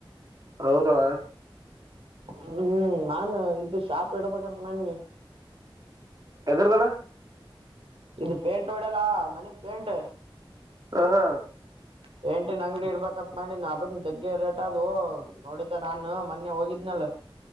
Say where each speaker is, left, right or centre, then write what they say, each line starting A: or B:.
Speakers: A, on the right (about 40°); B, on the right (about 80°).
A: ಹೌದಾ
B: ಹ್ಮ್ ನಾನು ಇದು ಶಾಪ್ ಇಡ್ಬೇಕಂತ ಮಾಡ್ನಿ.
A: ಎದರದಳ
B: ಇದು ಪೇಂಟ್ ಹೊಡ್ಯಲ್ಲ ಮನಿಗ್ ಪೇಂಟ್
A: ಹ ಹಾ
B: ಪೇಂಟಿನ್ ಅಂಗಡಿ ಇಡ್ಬಬೇಕಂತ್ ಮಾಡಿನ ಅದನ್ನ ಜಗ್ಗೆ ರೇಟ್ ಅದು ನೋಡಿದ್ದ ನಾನ ಮೊನ್ನೆ ಹೋಗಿದ್ನಲ್ಲ